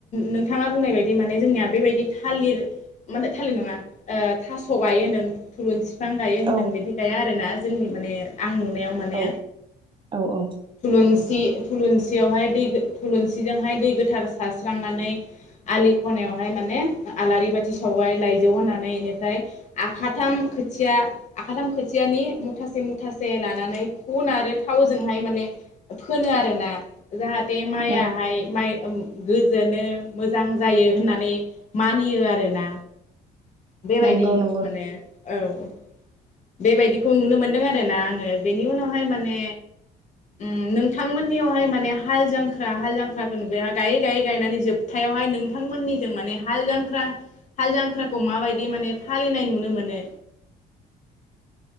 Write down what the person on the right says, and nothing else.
औ
औ औ औ
औ
नंगौ नंगौ